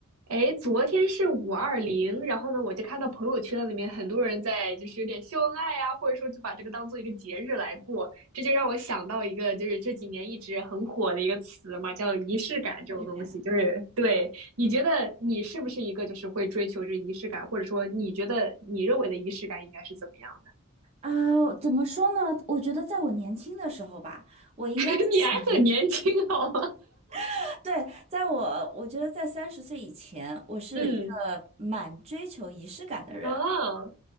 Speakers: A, on the right; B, on the right.
A: 哎，昨天是五二零，然后呢，我就看到朋友圈里面很多人在就是有点秀恩爱啊，或者说就把这个当做一个节日来过，这就让我想到一个就是这几年一直很火的一个词嘛，叫仪式感这种东西。
B: 是的，
A: 就是对，你觉得你是不是一个就是会追求这仪式感，或者说你觉得你认为的仪式感应该是怎么样的？
B: 啊，怎么说呢？我觉得在我年轻的时候吧，我应该是属于，
A: <laughs> 你还很年轻好吗？
B: <laughs> 对，在我，我觉得在三十岁以前，我是一个蛮追求仪式感的人。
A: <laughs> 嗯，啊，